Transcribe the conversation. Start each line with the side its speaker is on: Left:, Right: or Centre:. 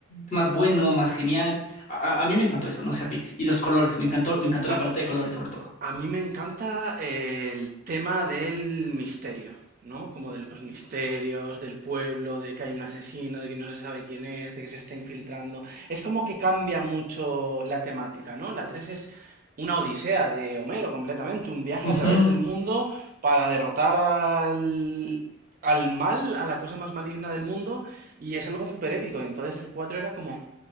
Left: más bueno, más genial a, a mí me encantó eso, no sé a ti. Y los colores, me encantó, me encantó la
Right: A,
Left: paleta de colores sobre todo.
Right: A mí me encanta eh, el tema del misterio, ¿no? Como de los misterios, del pueblo, de que hay un asesino, de que no se sabe quién es, de que se está infiltrando. Es como que cambia mucho la temática, ¿no? La 3 es una odisea de Homero completamente, un viaje
Left: Ujú,
Right: a través del mundo para derrotar al, al mal, a la cosa más maligna del mundo, y es algo súper épico. Y entonces el 4 era como